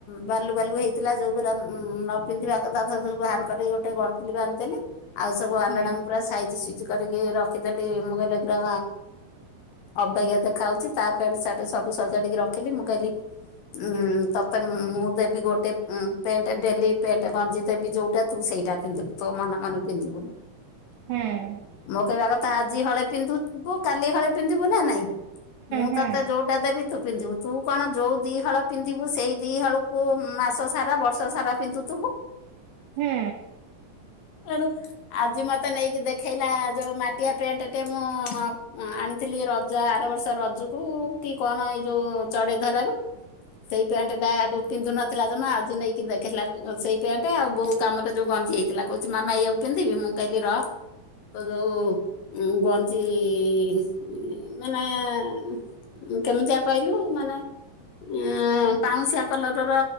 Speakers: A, on the left; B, on the right.
A: ବାଲୁ ବାଲୁ ହେଇଥିଲା ଯୋଉ ପା ରା ନ ପିନ୍ଧିବା ଏକାଥରେ ବାହାର କରିିକି ଗୋଟେ ଗଣ୍ଠୁଲି ବାନ୍ଧଦେଲି ଆଉ ସବୁ ଆଲଣା
B: ହୁଁ
A: ଙ୍କୁ ପୁରା ସାଇଜି କରିକି ରଖିଦେଲି ମୁଁ କହିଲି ପୁରା ଅବାଗିଆ ଦେଖା ହଉଚି ତା ପ୍ୟାଣ୍ଟ ସାର୍ଟ ସବୁ ସଜାଡିକି ରଖିଲି ମୁଁ କହିଲି ଉ ତତେ ମୁଁ ଦେବି ଗୋ ଟେ ପେଣ୍ଟ ଡେଲି ପେଣ୍ଟ ଗଞ୍ଜିି ଦେବି ଯୋଉଁଟା ତୁ ସେଇଟା ପିନ୍ଧୁ ତୋ ମନେ ମନେ ପିନ୍ଧିବୁନୁ।
B: ହୁଁ ହୁଁ
A: ମୋ କହିବା କଥା ଆଜି ହଳେ ପିନ୍ଧିବୁ, କାଲି ହଳେ ପିନ୍ଧିବୁ ନା ନାଇଁ। ମୁଁ
B: ହୁଁ ହୁଁ ହୁଁ ହୁଁ
A: ତୋତେ ଯୋଉ ଟା ଦେବି ତୁ ପିନ୍ଧିବୁ। ତୁ କଣ ଯୋଉ ଦି ହଳ ପିନ୍ଧିବୁ ସେଇ ଦିହଳୁକୁ ମାସ ସାରା ବର୍ଷ ସାରା ପିନ୍ଧୁଥିବୁ।
B: ହଁ।
A: ଏଣୁ ଆଜି ମୋତେ ନେଇକି ଦେଖେଇଲା ଯୋଉ ମାଟିଆ ପେଣ୍ଟ ଟେ ମୁଁ ଆଣି ଥିଲି ରଜ ଆର ବର୍ଷ ରଜକୁ କି କଣ ଏଇ ଯୋଉ ଚଡେଇ ଧରାରୁ ସେଇ ପେଣ୍ଟ ଟା ଏଠୁ ପିନ୍ଧୁ ନଥିଲା ଜମା ଆଜି ନେଇକି ଦେଖେଇଲା ସେଇ ପେଣ୍ଟ ଆଉ ବୋଉ କାମରେ ଯୋଉ ଗଞ୍ଜି ହେଇଥିଲା। କହୁଛି ମାମା ଏଇଆକୁ ପିନ୍ଧିବି, ମୁଁ କହିଲି ର ତ ଯୋଉ ଉଁ, ଗ ଜି ଏ ମାନେ ଉଁ, କେମିତିଆ କଇଲୁ? ମାନେ ଏଁ, ପାଉଁଶିଆ କଲର୍ ର